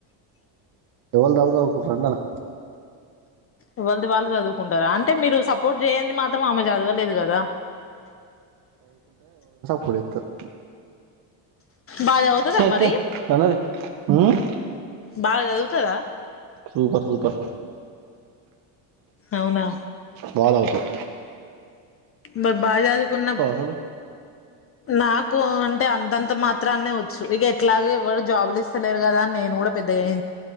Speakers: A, on the right; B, on the left.
A: ఎవళ్ది దాల్ చదువు కుంటరు వెంటనే
B: ఎవళ్ది వాళ్ళు చదువుకుంటారా అంటే మీరు సపోర్ట్ జేయండి మాత్రం ఆమె చదవలేదు గదా
A: పుడేకత్
B: బాగా చదువుతదా
A: తే
B: మరి
A: తే ఆనారీ ఉమ్
B: బాగ సదువుతదా
A: సూపర్ సూపర్
B: అవునా
A: బాగ సవుతవ్
B: మరి బాగా చదువుకున్న
A: అసలు
B: నాకు అ అంటే అంతంత మాత్రానే వచ్చు ఇగ ఎట్లాగు ఎవరు జాబులు ఇస్తలేరు గదా అని నేను గూడా పెద్దగాయే